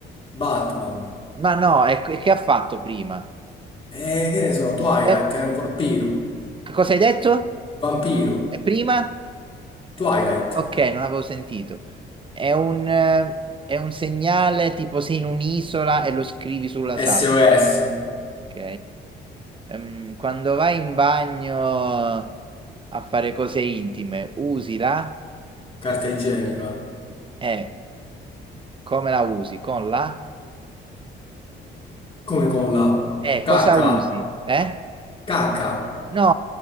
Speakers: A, on the left; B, on the right.
A: Batman.
B: Ma no, è, che ha fatto prima?
A: E che ne so, Twilight
B: Eh,
A: era un vampiro,
B: che cosa hai detto?
A: vampiro,
B: Eh, prima?
A: Twilight,
B: Ok, non avevo sentito. È un, eh, è un segnale tipo sei in un'isola e lo scrivi sulla sabbia.
A: SOS,
B: Ok? Ehm, quando vai in bagno a fare cose intime, usi la...
A: carta igienica,
B: E. Come la usi? Con la?
A: come con la
B: Eh,
A: cacca,
B: cosa usi? Eh?
A: cacca,
B: No,